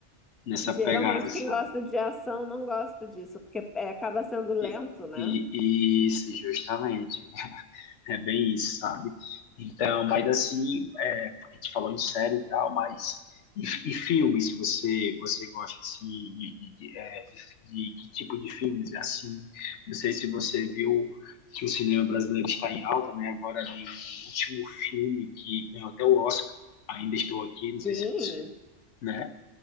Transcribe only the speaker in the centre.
Geralmente
quem gosta de ação não gosta disso, porque é, acaba sendo lento,
né?
Sim,